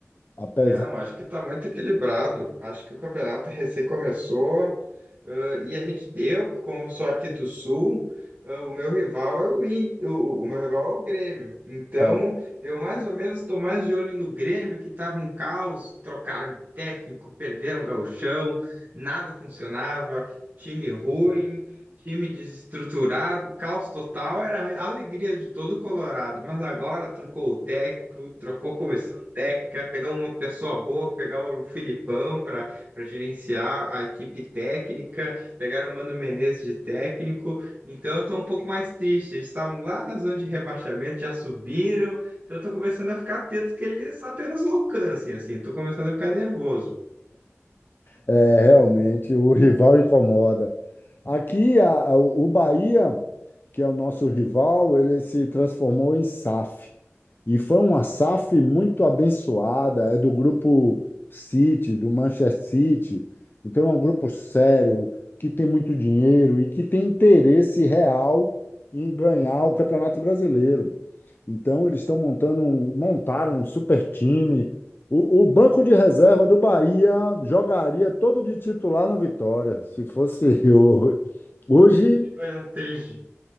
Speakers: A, on the left; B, on the right.
A: apesar.
B: Não, acho que tá muito equilibrado. Acho que o campeonato recém começou. Ah, e a gente, eu, como sou aqui do Sul, ah, o meu rival é o Inter, o, o meu rival é o Grêmio. Então,
A: é,
B: eu mais ou menos estou mais de olho no Grêmio, que estava um caos, trocaram de técnico, perderam o gauchão, nada funcionava, time ruim, time desestruturado, caos total, era a alegria de todo o Colorado. Mas agora trocou o técnico, trocou comissão técnica, pegar uma pessoa boa, pegar o Filipão para para gerenciar a equipe técnica, pegaram o Mano Menezes de técnico, então eu tô um pouco mais triste. Eles estavam lá na zona de rebaixamento, já subiram, então eu tô começando a ficar atento que eles apenas alcancem, assim, tô começando a ficar nervoso.
A: É, realmente, o rival incomoda. Aqui, a- a- o Bahia, que é o nosso rival, ele se transformou em SAF. E foi uma SAF muito abençoada, é do grupo City, do Manchester City. Então é um grupo sério, que tem muito dinheiro e que tem interesse real em ganhar o Campeonato Brasileiro. Então eles estão montando um, montaram um super time. O, o banco de reserva do Bahia jogaria todo de titular no Vitória, se fosse <laughs> eu. Hoje
B: Que coisa triste.